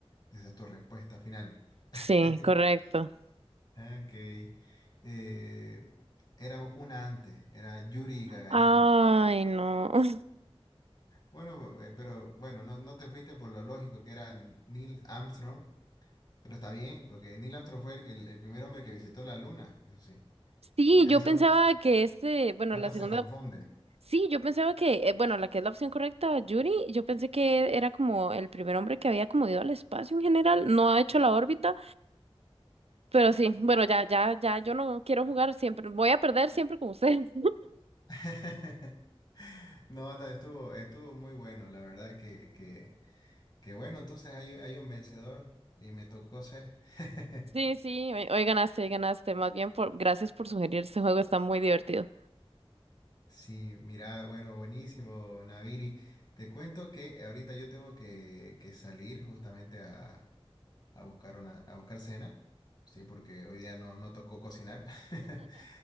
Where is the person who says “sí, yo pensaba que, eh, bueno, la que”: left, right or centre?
Right